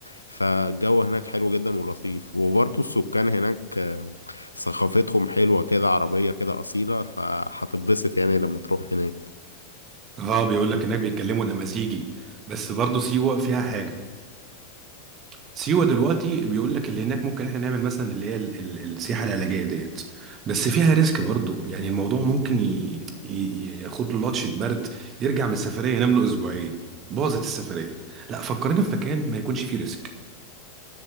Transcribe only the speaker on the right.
اه بيقول لك انك بيتكلموا الامازيغي بس برضو سيوه فيها حاجه سيوة دلوقتي بيقول لك اللي هناك ممكن احنا نعمل مثلا اللي هي ال- ال- السياحة العلاجية ديت بس فيها ريسك برضه يعني الموضوع ممكن ي- ي- ياخد له لطشة برد يرجع من السفرية ينام له اسبوعين باظت السفرية لا فكرنا في مكان ما يكونش فيه ريسك